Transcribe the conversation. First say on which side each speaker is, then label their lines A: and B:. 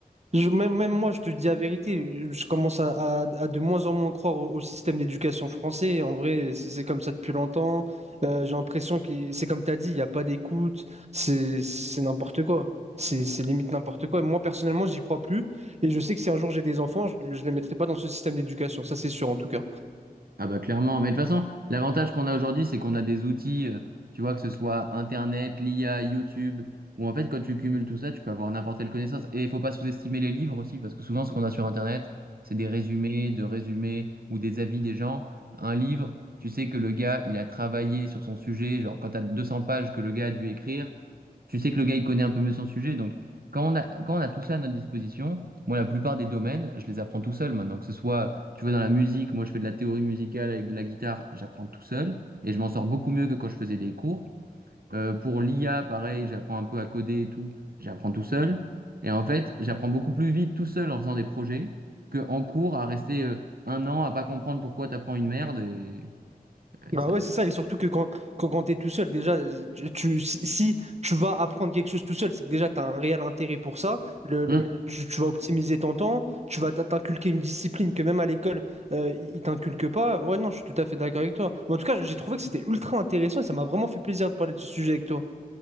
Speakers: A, on the right; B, on the right.
A: Je- même, même moi, je te dis la vérité, je commence à, à- à de moins en moins croire au, au système d'éducation français. En vrai, c'est c'est comme ça depuis longtemps. Euh, j'ai l'impression que c'est comme tu as dit, il n'y a pas d'écoute, c'est c'est n'importe quoi. C'est c'est limite n'importe quoi. Et moi, personnellement, j'y crois plus. Et je sais que si un jour j'ai des enfants, je ne les mettrai pas dans ce système d'éducation. Ça, c'est sûr, en tout cas.
B: Ah bah clairement, mais de toute façon, l'avantage qu'on a aujourd'hui, c'est qu'on a des outils, euh, tu vois, que ce soit Internet, l'IA, YouTube, où en fait, quand tu cumules tout ça, tu peux avoir n'importe quelle connaissance. Et il faut pas sous-estimer les livres aussi, parce que souvent, ce qu'on a sur Internet, c'est des résumés, de résumés, ou des avis des gens. Un livre, tu sais que le gars, il a travaillé sur son sujet, genre quand tu as 200 pages que le gars a dû écrire, tu sais que le gars, il connaît un peu mieux son sujet. Donc, quand on a, quand on a tout ça à notre disposition, moi, la plupart des domaines, je les apprends tout seul maintenant, que ce soit tu vois, dans la musique, moi je fais de la théorie musicale avec de la guitare, j'apprends tout seul et je m'en sors beaucoup mieux que quand je faisais des cours. Euh, pour l'IA, pareil, j'apprends un peu à coder et tout, j'apprends tout seul. Et en fait, j'apprends beaucoup plus vite tout seul en faisant des projets que en cours à rester euh, un an à pas comprendre pourquoi t'apprends une merde et
A: Bah
B: et ça-
A: ouais, c'est ça. Et surtout que quand, quand, quand tu es tout seul, déjà, tu, tu- si, si tu vas apprendre quelque chose tout seul, c'est que déjà, tu as un réel intérêt pour ça. Le, le-
B: Hmm.
A: le- tu, tu vas optimiser ton temps, tu vas t'in- t'inculquer une discipline que même à l'école, euh, ils ils t'inculquent pas. Ouais, non, je suis tout à fait d'accord avec toi. Mais en tout cas, j'ai trouvé que c'était ultra intéressant et ça m'a vraiment fait plaisir de parler de ce sujet avec toi.